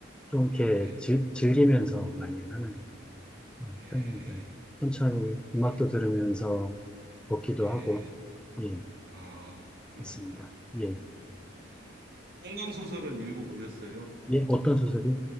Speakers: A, in the centre; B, on the right.
A: 좀
B: 예,
A: 이렇게 즐, 즐기면서 많이 하는
B: 예,
A: 편입니다. 천천히 음악도
B: 예,
A: 들으면서 걷기도
B: 예.
A: 하고, 예,
B: 아, 그러시구나.
A: 그렇습니다.
B: 네,
A: 예,
B: 네. 한강소설은 읽어보셨어요?
A: 예, 어떤 소설이?